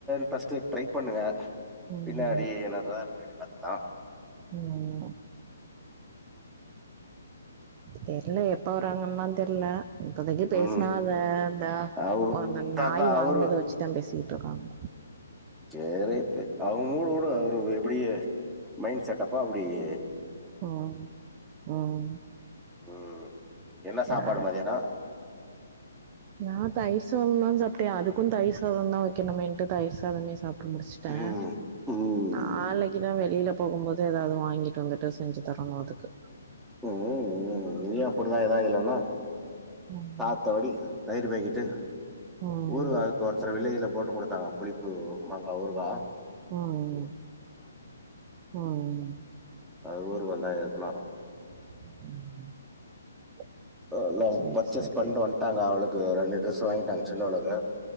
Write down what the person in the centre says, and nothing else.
ஃபஸ்ட்டு ட்ரை பண்ணுங்க
பின்னாடி என்னரதா பின்னாடி பாப் பாத்துக்கலா
ம்.
அவ்
அதான்
அவரு
சேரி ரைட்டு அவங்க மூடு விடு அவரு இப்பிடியே மைண்ட் செட் டப்பா அப்படியே
உம் என்ன சாப்பாடு
மதியானோ
ம். ம்.
உம் உம் நீயு அப்படிதா எதா இல்லன்னா
ஆத்தாடி தயிர் பக்கிட்டு
ஊரு ஒருத்தர் வில்லேஜ்ல போட்டு கொடுத்தாங்க புளிப்பு மங்கா ஊருகா
அது ஊரு வந்தா எடுத்துனாரோ
இல்ல
பர்ச்சேஸ்
பண்ணு வந்துட்டாங்க அவளுக்கு ரெண்டு டிரெஸ்சு வாங்கிட்டாங்க சின்ன ஓனரு